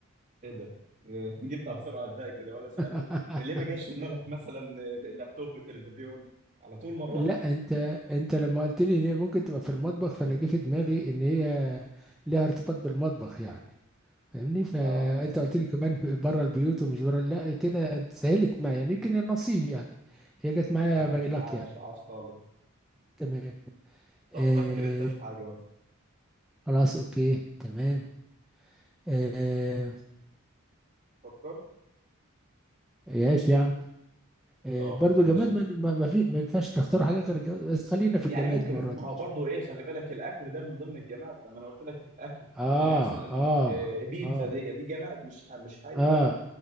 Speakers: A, on the right; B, in the centre.
A: ايه ده <laughs> إيه، جبتها بسرعه ازاي كده ولا سالت
B: <laughs>
A: ليه ما جاش في دماغك مثلا آه، لابتوب تلفزيون على طول مروه
B: لا انت انت لما قلت لي ان هي ممكن تبقى في المطبخ فانا
A: <laughs> ايوه
B: جه في دماغي ان هي ليها ارتباط بالمطبخ يعني فاهمني فانت
A: اه لا
B: قلت لي كمان بره البيوت ومش بره لا كده انت سهلت معايا يعني يمكن النصيب يعني هي جت معايا
A: لا
B: باي لك
A: عاش
B: يعني
A: عاش خالص
B: تمام
A: طب
B: آه
A: فكر انت في حاجة مثلا
B: خلاص اوكي تمام آه
A: فكرت
B: يا عم آه،
A: طب
B: برضو
A: ماشي
B: جماد ما ما ما في ما ينفعش نختار حاجة غير الجماد بس خلينا في
A: يعني
B: الجماد
A: ممكن
B: المرة
A: ما
B: دي
A: هو برضو ايه خلي بالك الاكل ده من ضمن الجماد لما انا قلت لك اكل
B: اه
A: يعني مثلا
B: اه
A: آه، بيتزا
B: اه
A: دي دي جماد مش ح- مش حي
B: اه
A: ف